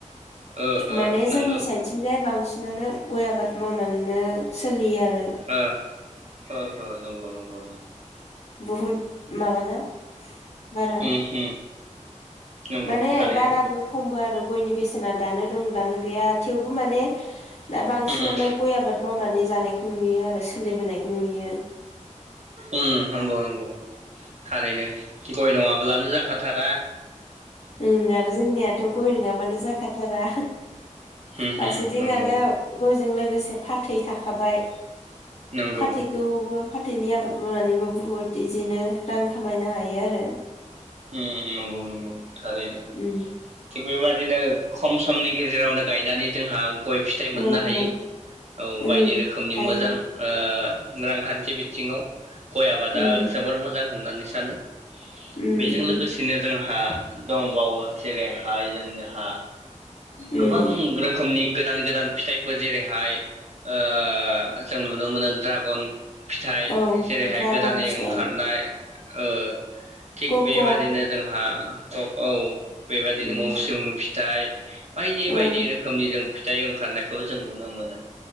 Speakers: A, on the right (about 60°); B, on the left (about 60°).
A: ओ
B: माने
A: ओ नंगौ
B: जोंनि साइदथिंजाय बांसिन बिदिनो गय आबाद मावनानैनो सोलियो आरो।
A: ओ-ओ- ओ नंगौ-नंगौ-नंगौ
B: बुहुद माबाना बारा
A: उम उम नंगौ
B: माने
A: थारैनो
B: बाराबो खमबो आरो बेसेना दानो दं दानो गैया थेवबो माने दा बांसिनानो
A: उम
B: गय आबाद मावनानै जानायखौ नुयो आरो सोलिबोनायखौ नुयो।
A: ओम नंगौ-नंगौ थारैनो गय नङाब्लानो जाखा हाथारा
B: ओम आरो जोंनियाथ' गय नङाबानो जाखाथारा।
A: होम
B: फारसेथिं
A: होम नंगौ
B: आरो गयजों लोगोसे फाथै थाखाबाय
A: नंगौ
B: फाथैखौबो फाथैनि आबाद मावनानैबो बुहुत बिदिनो रां खामायनो हायो आरो
A: उम नंगौ-नंगौ थारैनो
B: उम
A: बेबादिनो खम समनि गेजेरावनो गायनानै जोंहा गय फिथाइ मोननो
B: औ
A: हायो
B: औ
A: औ
B: उम
A: बायदि रोखोमनि
B: हायो
A: मोजां ओ रांखान बे बिथिङाव गय आबादा
B: उम
A: जोबोर मोजां होननानै सानो
B: उम
A: बेजों
B: उम
A: लोगोसेनो जोंहा दंबावो जेरैहाय जोंहा
B: उम
A: गोबां रोखोमनि गो गोदान गोदान फिथाइफोर जेरैहाय ओ जों नुनो मोनो ड्रागन फिथाइ
B: औ
A: जेरैहाय
B: ड्रागन
A: गोदानै
B: फिथाइ
A: ओंखारनाय ओ थिग
B: कक'
A: बेबादिनो जोंहा औ औ बेबादिनो
B: उम
A: मौसुमि फि थाइ बायदि
B: ओं
A: बायदि रोखोमनि जों फिथाइ ओंखारनायखौ जों नुनो मोनो